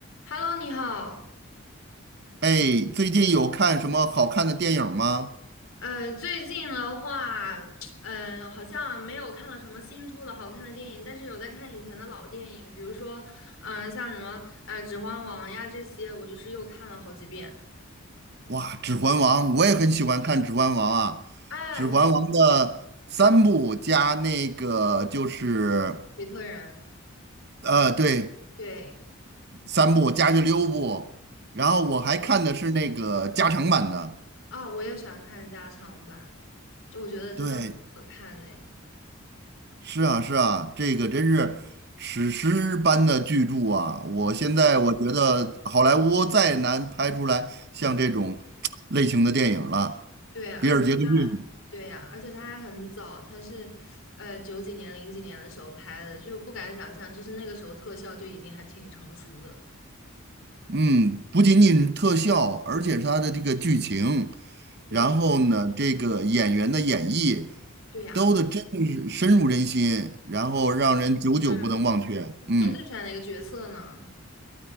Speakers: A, on the left (about 70°); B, on the right (about 50°).
A: Hello，你好。
B: 哎，最近有看什么好看的电影吗？
A: 呃，最近的话，嗯、好像没有看到什么新出的好看的电影，但是有在看以前的老电影，比如说，嗯、像什么呃《指环王》呀这些，我就是又看了好几遍。
B: 哇，《指环王》，我也很喜欢看《指环王》啊，
A: 哎，
B: 《指环王》的三部加那个就是
A: 比特人，
B: 呃，对，
A: 对，
B: 三部加去六部，然后我还看的是那个加长版的。
A: 对啊、我也喜欢看加长版，就我觉得真的很好看呢。
B: 对，是啊，是啊，这个真是史诗般的巨著啊！我现在我觉得好莱坞再难拍出来像这种类型的电影了，
A: 对，对而且
B: 比尔·杰克逊。
A: 对呀、而且它还很早，它是呃九几年、零几年的时候拍的，就不敢想象，就是那个时候特效就已经还挺成熟的。
B: 嗯，不仅仅特效，而且是它的这个剧情，
A: 对
B: 然后呢，这个演员的演绎，
A: 对呀，
B: 都的真的是深入人心，然后让人久久不能忘却。
A: 嗯嗯，
B: 嗯，
A: 那你最喜欢哪个角色呢？